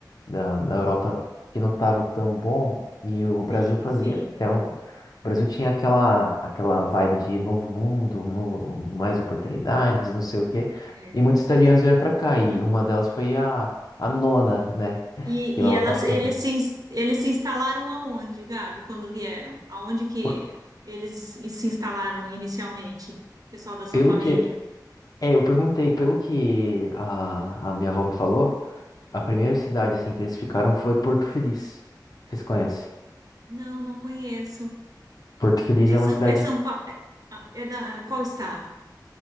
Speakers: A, on the left; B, on the right.
A: da, da Europa que não estava tão bom e o
B: sim,
A: Brasil fazia.
B: sim.
A: Então, o Brasil tinha aquela, aquela vibe de novo mundo, mu- mais oportunidades, não sei o quê.
B: é.
A: E muitos italianos vieram para cá e uma delas foi a, a nona, né?
B: E,
A: Que ela
B: e elas,
A: tava...
B: eles se, ins- eles se instalaram aonde, Gabi, quando vieram? Aonde que
A: por-
B: eles se instalaram inicialmente? Pessoal da sua
A: Pelo
B: família?
A: que. É, eu perguntei, pelo que a, a minha avó me falou, a primeira cidade assim que eles ficaram foi Porto Feliz. Vocês conhecem?
B: Não, não conheço.
A: Porto Feliz é
B: É São,
A: uma cidade.
B: é São Pa- é ah, é da qual estado?